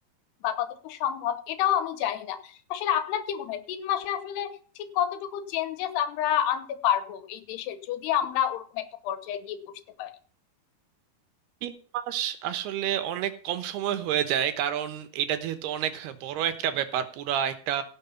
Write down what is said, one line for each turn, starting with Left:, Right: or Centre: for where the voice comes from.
Left: বা কতটুকু সম্ভব এটাও আমি জানি না আসলে আপনার কি মনে হয় তিন মাসে আসলে ঠিক কতটুকু চেঞ্জেস আমরা আনতে পারবো এই দেশের যদি আমরা ওরকম একটা পর্যায়ে গিয়ে বসতে পারি
Right: তিন মাস আসলে অনেক কম সময় হয়ে যায় কারণ এটা যেহেতু অনেক বড় একটা ব্যাপার পুরা একটা